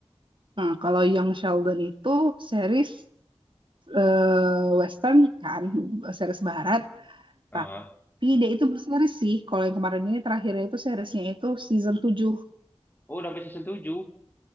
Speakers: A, on the right; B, on the left.
A: Nah, kalau yang Sheldon itu series eh, Western kan, series Barat,
B: Heeh.
A: tapi dia itu berseries sih. Kalau yang kemarin ini terakhirnya itu seriesnya itu season tujuh
B: Oh, udah sampai season 7.